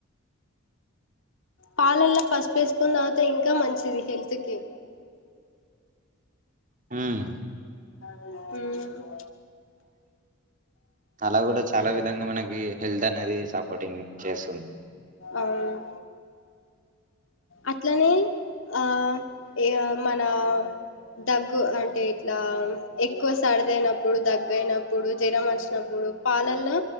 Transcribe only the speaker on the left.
పాలల్లో ఫస్పేసుకుని తాగుతే ఇంకా మంచిది హెల్త్ కి
ఉమ్
అవును అట్లనే ఆ ఇంగ మన దగ్గు అంటే ఇట్లా ఎక్కువ సడిదయినప్పుడు దగ్గ అయినప్పుడు జ్వరం వంచినప్ పాలల్లో